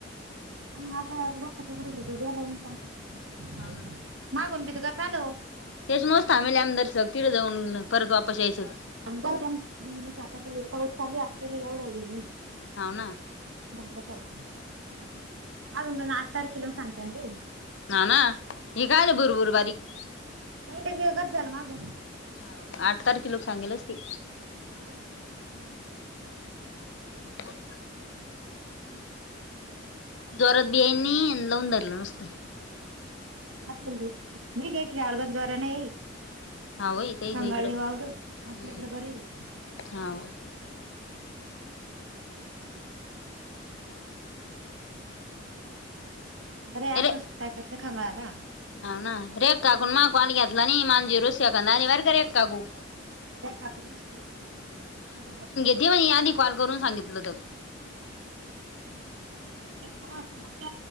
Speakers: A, on the right (about 80°); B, on the left (about 70°).
A: हां गादोस उगडील त जेला उका ह का करता मग,
B: हाव ना,
A: मागून बी त का चालो,
B: तेच नसतं आमही आमदारचं तिथं जाऊन परत वापस यायचं,
A: अन् जाऊद्या मग महिन्यात आता काय पाऊस चाली आता केली एवढं हे नाही.
B: हाव ना
A: जागरा फारख
B: हा...
A: अंग ना आठ तारख किलो सांते ते,
B: हाव ना, हे कायले बुरबुर बारीक.
A: नाही ते वेगळंच झालं माग,
B: हाउ आठ तारखे लोक सांगेलच ती,
A: हा
B: हू.... <unintelligible>
A: हं...
B: जोरात बि येनं नई आणि लावून धरलं नुसतं.
A: नाक लेगी राळगंज वार्या नाही येई
B: हाव बाई काही
A: खगाले
B: काही इकडं
A: वावर आपल्याकडे
B: हम्म
A: बरं आहेई.
B: हाव...
A: ह हू... बरे असंच
B: अरे
A: काय करते खांगाळाला
B: हाव ना, रेख काकूूनं माग कवाल घेतला आणि मांजी झिरोच सेकंद आले बर का रेखा काकू.
A: रेखा काकू <unintelligible> <unintelligible>
B: ते म्हणे आदी कॉल करून सांगितलं होतं.
A: <unintelligible> मग